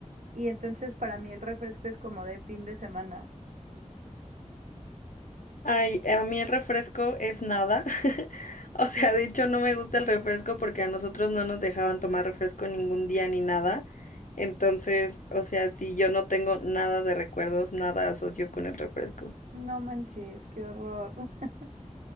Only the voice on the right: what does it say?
Y entonces para mí el refresco es como de fin de semana.
No manches, qué horror. <laughs>